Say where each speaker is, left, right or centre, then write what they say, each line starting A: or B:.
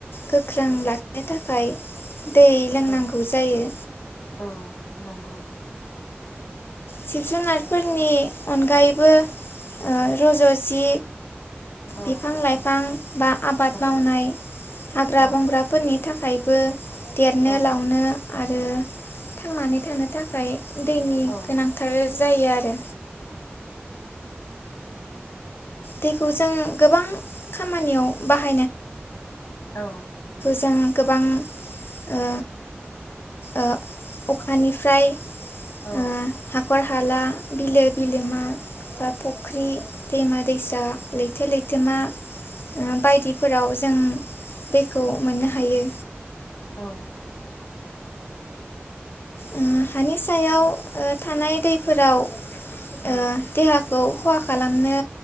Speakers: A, on the left (about 55°); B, on the left (about 80°).
A: गोख्रों लाखिनो थाखाय दै लोंनांगौ
B: औ
A: जायो।
B: औ नंगौ
A: जिब जुनारफोरनि अनगायैबो ओ रज' जि
B: औ
A: बिफां लाइफां बा आबाद
B: औ
A: मावनाय हाग्रा
B: औ
A: बंग्राफोरनि थाखायबो देरनो
B: औ
A: लावनो आरो थांनानै थानो था खाय दै
B: औ
A: गोनांथार जायो आरो। दैखौ जों गोबां खामानियाव बाहाय
B: औ
A: जों गोबां ओ ओ अखानिफ्राय
B: औ
A: ओ हाखर हाला बिलो बिलोमा बा फुख्रि दैमा दैस लैथो लैथोमा ओ बायदिफोराव जों दैखौ मोननो हायो।
B: औ
A: उम हानि सायाव ओ थानाय दै फोराव
B: औ
A: ओ देहा खौ खहा खालामनो